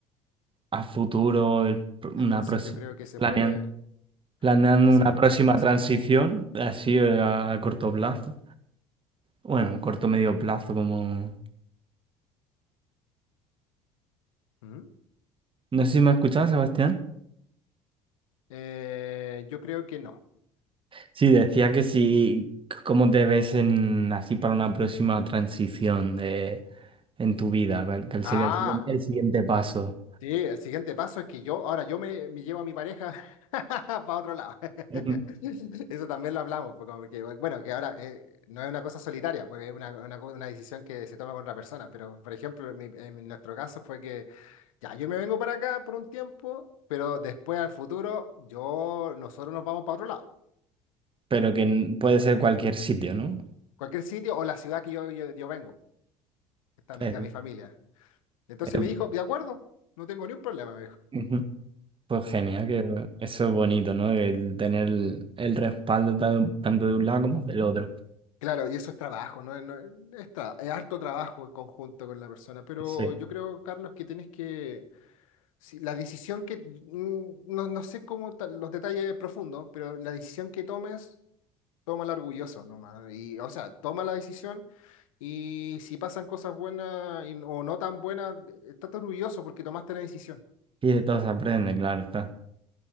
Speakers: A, on the right; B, on the left.
A: a futuro el una
B: Entonces
A: próxima,
B: yo creo que se
A: planeando,
B: puede
A: planeando
B: hacer
A: una
B: muchas
A: próxima
B: cosas
A: transición,
B: por aquí.
A: así eh, a corto plazo? Bueno, corto medio plazo, como...
B: ¿Mm?
A: No sé si me has escuchado, Sebastián.
B: Eh, yo creo que no.
A: Sí, decía que sí, ¿cómo te ves en, así para una próxima transición de, en tu vida? ¿Cuál cuál
B: Ah,
A: sería el siguiente, el siguiente paso?
B: Sí, el siguiente paso es que yo, ahora yo me, me llevo a mi pareja <laughs> para otro lado.
A: Ujú.
B: <laughs> Eso también lo hablamos, porque, porque, bueno, que ahora eh, no es una cosa solitaria, porque es una, una, co- una decisión que se toma con otra persona, pero por ejemplo, en, mi- en nuestro caso fue que ya yo me vengo para acá por un tiempo, pero después al futuro yo, nosotros nos vamos para otro lado,
A: Pero que n- puede ser cualquier sitio, ¿no?
B: cualquier sitio o la ciudad que yo, yo, yo vengo, que está mi,
A: Eh,
B: ca- mi familia. Entonces
A: eh,
B: me dijo, de acuerdo, no tengo ni un problema,
A: ujú. Pues genial, que eso es bonito, ¿no? El tener el, el respaldo tan- tanto de un lado como del otro.
B: Claro, y eso es trabajo, ¿no? No- es, tra- es harto trabajo en conjunto con la persona, pero
A: Sí.
B: yo creo, Carlos, que tienes que, si la decisión que, mm, no, no sé cómo ta- los detalles profundos, pero la decisión que tomes, tómala orgulloso nomás. Y, o sea, toma la decisión y si pasan cosas buenas y- o no tan buenas, eh, estate orgulloso porque tomaste la decisión.
A: Y de todos se aprende, claro, está.